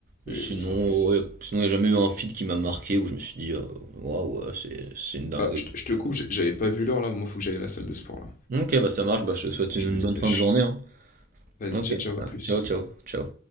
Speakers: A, on the left; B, on the right.
A: mais
B: Mais Sinon,
A: sans plus.
B: ouais, sinon, il n'y a jamais eu un feat qui m'a marqué où je me suis dit, euh, waouh, ouais, c'est c'est une dinguerie.
A: Ah, je te je te coupe, j'ai- j'avais pas vu l'heure là, moi faut que j'aille à la salle de sport là.
B: Ok, bah ça marche, bah je te souhaite une
A: Je me dépêche.
B: bonne fin de journée. hein.
A: Vas-y,
B: Ok,
A: ciao, ciao, à plus.
B: ciao, ciao, ciao.